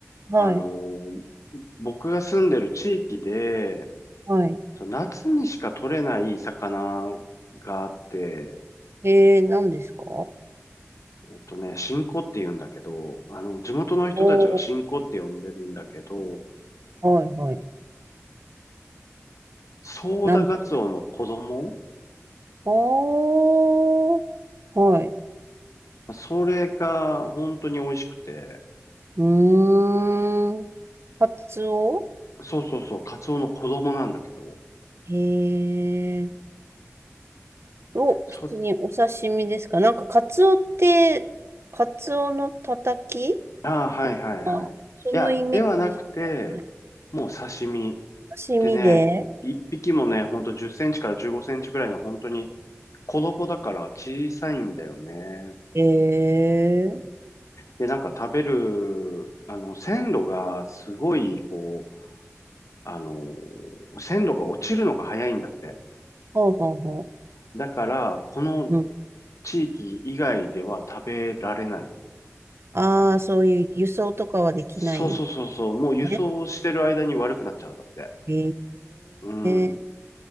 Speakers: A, on the right; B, on the left.
A: はい。
B: あのー僕が住んでる地域で、
A: はい。
B: その夏にしか取れない魚があって、
A: えー、何ですか
B: えっとね、新子って言うんだけど、あの、地元の人たちは新子って呼んでるんだけど、
A: おー、はいはい。
B: ソーダガツオの子供
A: 何ですかおー、はい。
B: それが本当に美味しくて、
A: うーん。カツオ
B: そうそうそう、カツオの子供なんだけど、
A: へえ。お、
B: そ、
A: 普通にお刺身ですかなんかカツオって、カツオのたたき
B: ああ、はいはいはい。
A: あ、
B: いや、
A: そのイメージしかない。
B: ではなくて、もう刺身。
A: 刺身で
B: でね、い一匹もね、ほんと10センチから15センチぐらいの本当に子供だから小さいんだよね。
A: へえー。
B: で、なんか食べる、あの、鮮度がすごい、こう、あの、鮮度が落ちるのが早いんだって。
A: ほうほうほ
B: だから、この
A: う。うん。
B: 地域以外では食べられないの。
A: ああ、そういう輸送とかはできないんです
B: そうそうそうそう。もう輸送してる間に悪くなっちゃうんだって。
A: ね。え
B: うん。
A: え。